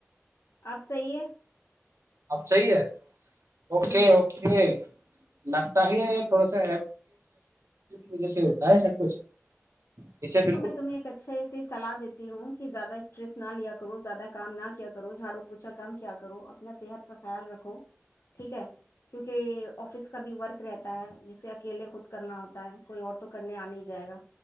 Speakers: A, on the left (about 80°); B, on the right (about 80°).
A: آپ صی ہے
B: اب چاہیے اوکے
A: ہوں
B: اوکے لگتا ہی تھوڑا سا وجہ سے ہوتا ہے سب کچھ اسے
A: دیکھو
B: بالکل
A: میں تمہیں ایک اچھے سے صلاح دیتی ہوں کہ زیادہ اسٹریس نہ لیا کرو زیادہ کام نہ کیا کرو جھاڑو پوچھا کام کیا کرو اپنا صحت کا خیال رکھو ٹھیک ہے کیونکہ آفس کا بھی ورک رہتا ہے جیسے اکیلے خود کرنا ہوتا ہے کوئی اور تو کرنے آ نہیں جائے گا